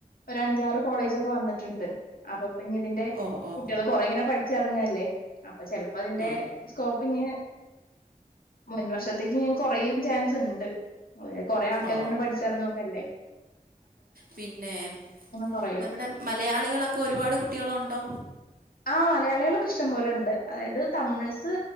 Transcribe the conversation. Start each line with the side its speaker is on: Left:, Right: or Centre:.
Left: ഒരു അഞ്ചാറ് കോളേജൊക് വന്നിട്ട്ണ്ട് അപ്പൊ പിന്നിതിൻ്റെ
Right: ഓ ഓ
Left: കുട്ടികള് കൊറേ ഇങ്ങനെ പഠിച്ചെറങ്ങല്ലേ അപ്പൊ ചെലപ്പോ അതിന്റെ
Right: ആ
Left: സ്കോപ്പ് ഞ് മൻമാഷത്ത ക കുറയും ചാൻസ് ഉണ്ട് കൊറെ ആൾക്കാാര്
Right: ഓ ഓ.
Left: ഇങ്ങനെ പഠിച്ചറങ്ങ നക്കല്ലേ
Right: പിന്നെ
Left: കൊറയും.
Right: നമ്മുടെ മലയാളികളൊക്കെ ഒരുപാട് കുട്ടികളുണ്ടോ
Left: ആഹ് മലയാളികളൊക്കെ ഇഷ്ടംപോലെ ഉണ്ട് അതായത് തമിഴ്സ്